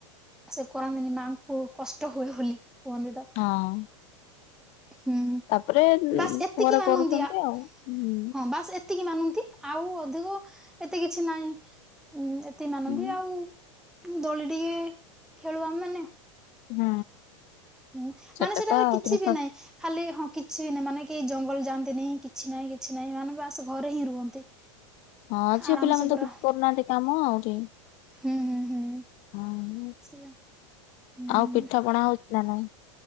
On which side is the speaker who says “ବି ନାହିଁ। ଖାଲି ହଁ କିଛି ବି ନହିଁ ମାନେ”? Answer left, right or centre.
Centre